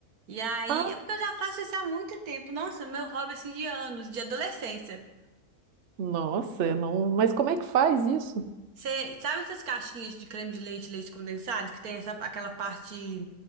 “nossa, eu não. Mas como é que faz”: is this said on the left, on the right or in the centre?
Right